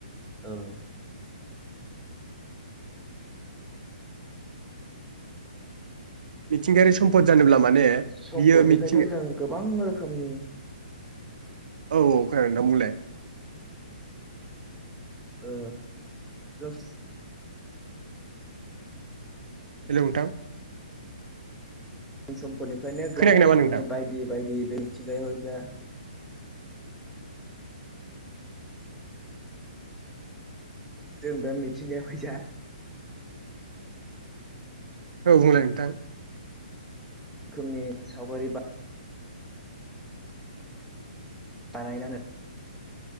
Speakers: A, in the centre; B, on the right.
A: औ
B: मिथिंगायारि सम्फद जानोब्ला माने
A: सम्पदनिफ्रायथ'
B: बियो मिथिं
A: जों गोबां रोखोमनि
B: औ औ खोनादों नोंथां बुंलाय
A: ओ जात्स
B: हेल' नोंथां
A: जों सम्पदनिफ्रायनो
B: खोनायाखै
A: गोबां
B: नामा
A: रोखोमनि
B: नोंथां
A: बायदि बायदि बे मिथिंगायाव जा जों बे मिथिंगायाव फैसा
B: औ बुंलाय नोंथां
A: रोखोमनि सावगारि बा बानायना